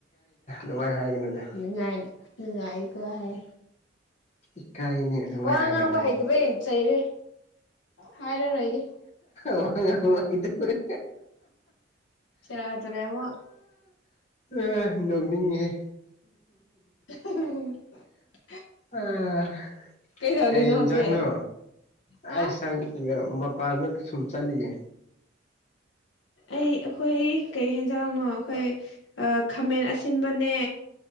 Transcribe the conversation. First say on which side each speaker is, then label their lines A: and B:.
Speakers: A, on the left; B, on the left.
A: ꯑꯗꯨꯃꯥꯏ ꯍꯥꯏꯒꯅꯨꯗ
B: ꯅꯨꯡꯉꯥꯏ ꯅꯨꯡꯉꯥꯏꯀꯣ ꯍꯥꯏ
A: ꯏꯀꯥꯏꯅꯦ ꯑꯗꯨꯃꯥꯏꯅ
B: ꯋꯥ
A: ꯍꯥꯏꯒꯅꯨꯅꯦ
B: ꯉꯥꯡꯕ ꯍꯩꯗꯕꯩ ꯆꯩꯔꯦ ꯍꯥꯏꯔꯔꯣꯏ
A: ꯋꯥ ꯉꯥꯡꯕ ꯍꯩꯇꯕꯩ
B: ꯁꯦꯔꯥꯟ ꯇꯨꯔꯥ ꯃꯨꯛ
A: ꯑꯥ ꯅꯣꯛꯅꯤꯡꯉꯦꯍꯦ
B: <unintelligible>
A: ꯑꯥ
B: ꯀꯩꯗꯧꯔꯤꯅꯣ
A: ꯀꯔꯤ
B: ꯍꯧꯖꯤꯛ
A: ꯏꯟꯖꯥꯡꯅꯣ
B: ꯍꯥ
A: ꯑꯩ ꯁꯪ ꯃꯄꯥꯟꯗ ꯁꯨꯝ ꯆꯠꯂꯤꯌꯦ
B: ꯑꯩ ꯑꯈꯣꯏꯒꯤ ꯀꯩ ꯍꯦꯟꯖꯥꯡꯅꯣ ꯑꯈꯣꯏ ꯑ ꯈꯥꯃꯦꯟ ꯑꯁꯤꯟꯕꯅꯦ